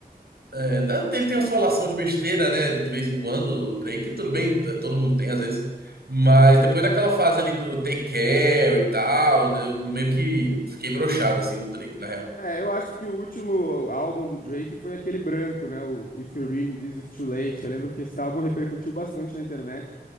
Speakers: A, on the right; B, on the left.
A: é, da- ele tem umas falação de besteira, né? De vez em quando. O Drake, tudo bem, t- todo mundo tem às vezes. Mas depois daquela fase ali do Take Care e tal, eu meio que fiquei broxado, assim, do Drake, na real.
B: É, eu acho que o último álbum do Drake foi aquele branco, né? O If You're Reading This It's Too Late. Eu lembro que esse álbum repercutiu bastante na internet.